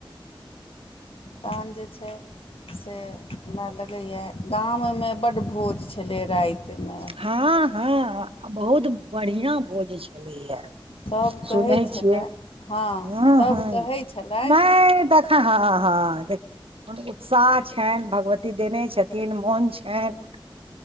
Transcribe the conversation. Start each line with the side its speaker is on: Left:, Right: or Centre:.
Left: तहन जे छै से हमरा लगैए। गाम मे बड्ड भोज छलै। रातिमे
Right: हँ हँ बहुत बढ़िआँ भोज छलैए।
Left: सभ
Right: सुनै
Left: कहै छलए
Right: छियै
Left: हँ
Right: ह
Left: सभ
Right: ह
Left: कहै छलथि
Right: नहि देख। हँ हँ हँ देख। म उत्साह छनि भगवती देने छथिन मोन छनि।